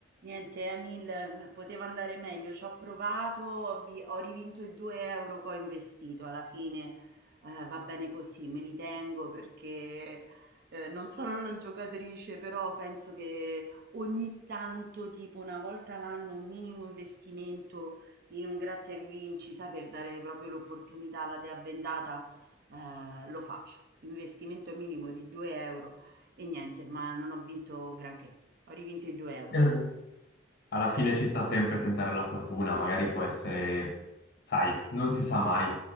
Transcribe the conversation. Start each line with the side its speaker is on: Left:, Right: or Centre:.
Right: Niente, Emil, poteva andare meglio, ci ho provato, ho, vi- ho rivinto i 2 euro che ho investito, alla fine eh, va bene così, me li tengo perché eh, non sono una giocatrice, però penso che ogni tanto, tipo una volta l'anno, un minimo investimento in un gratta e vinci, sa, per dare proprio l'opportunità alla dea bendata, eh, lo faccio, investimento minimo di 2 euro e niente, ma non ho vinto granché, ho rivinto i 2 euro.
Left: Eh, Alla fine ci sta sempre tentare la fortuna, magari può essere, sai, non si sa mai.